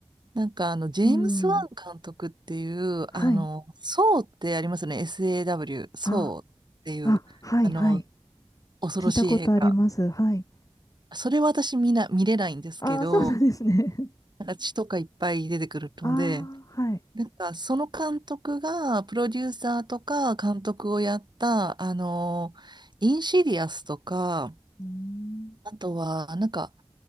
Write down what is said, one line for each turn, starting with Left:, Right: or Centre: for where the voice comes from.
Right: なんかあのジェームス・
Left: うん。
Right: ワン監督っていう、
Left: はい。
Right: あの、ソーってありますよね、SAW、ソーっていう、
Left: あ、あ、はい、
Right: あの、
Left: はい。
Right: 恐ろしい映画。
Left: 聞いたことあります。はい。
Right: それは私みんな見れないんですけど、
Left: ああ、そうなんですね。
Right: なんか血とかいっぱい出てくるので、
Left: <laughs> ああ、はい。
Right: なんか、その監督が、プロデューサーとか監督をやった、あの、インシディアスとか、
Left: うーん。
Right: あとは、なんか、